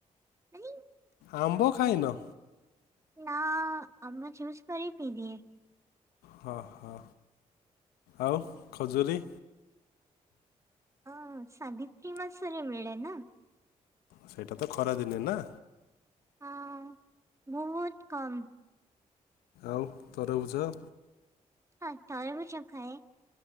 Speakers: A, on the right; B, on the left.
A: <unintelligible>
B: ଆମ୍ବ ଖାଇନ।
A: ନା ଆମ୍ବ ଜୁସ କରି ପିଇଁଦିଏ।
B: ହଁ ହଁ ଆଉ ଖଜୁରୀ।
A: ଅ ସାବିତ୍ରୀ ମାସରେ ମିଳେ ନା।
B: ସେଇଟା ତ ଖରାଦିନେ ନା?
A: ହଁ ବହୁତ୍ କମ୍।
B: ଆଉ ତରଭୁଜ।
A: ହଁ ତରଭୁଜ ଖାଏ।